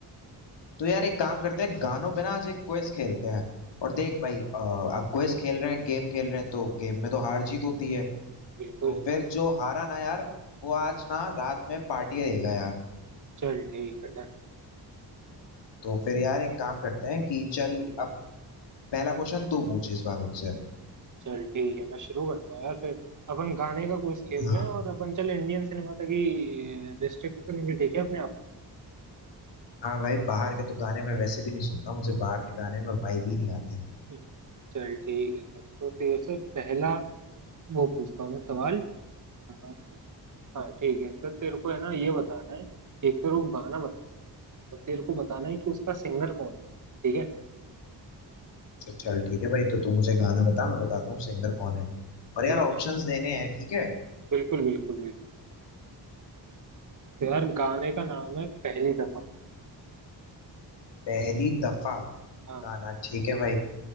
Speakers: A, on the left; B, on the right.
A: तो यार एक काम करते हैं गानों पे ना आज एक क्विज खेलते हैं और देख भाई अ, अब क्विज खेल रहे हैं गेम खेल रहे हैं तो गेम में तो हार जीत होती है
B: बिल्कुल
A: तो फिर जो हारा ना यार वो आज ना रात में पार्टी देगा यार
B: चल ठीक है डन
A: तो फिर यार एक काम करते हैं कि चल अब पहला क्वेश्चन तू पूछ इस बार मुझसे
B: चल ठीक है मैं शुरू करता हूँ यार फिर अपन गाने का क्विज खेल
A: हाँ
B: रहे हैं और अपन चल इंडियन सिनेमा तक ही रिस्ट्रिक्ट करेंगे ठीक है अपने आप
A: हाँ भाई बाहर के तो गाने मैं वैसे भी नहीं सुनता मुझे बाहर के गाने में वाइब ही नहीं आती
B: को। चल ठीक है चल तो तेरे से पहला वो पूछता हूँ मैं सवाल हाँ हाँ, ठीक है सर तेरे को है ना ये बताना है एक तो वो गाना बताओ और तेरे को बताना है कि उसका सिंगर कौन है ठीक है
A: तो चल ठीक है भाई तो तू मुझे गाना बता मैं बताता हूँ सिंगर कौन है और
B: ठीक
A: यार ऑप्शंस
B: है
A: देने हैं ठीक है
B: बिल्कुल बिल्कुल तो यार गाने का नाम है पहली दफा
A: पहली दफा
B: हाँ
A: गाना ठीक है भाई